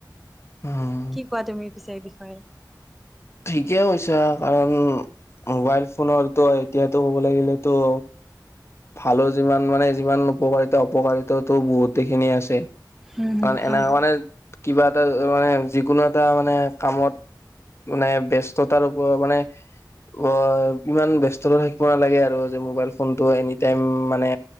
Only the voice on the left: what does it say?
উম
ঠিকেই হৈছে কাৰণ। মোবাইল ফোনৰতো এতিয়াতো ক'ব লাগিলেতো। ভালো যিমান মানে যিমান উপকাৰিতা অপকাৰিতাতো বহুতেই খিনি আছে।
কাৰ
এনে মানে কিবা এটা মানে যিকোনো এটা মানে কামত। মানে ব্যস্ততাৰ ওপৰত মানে। অ ইমান বস্ততা থাকিব নালাগে আৰু যে মোবাইল ফোনটো এনি টাইম মানে।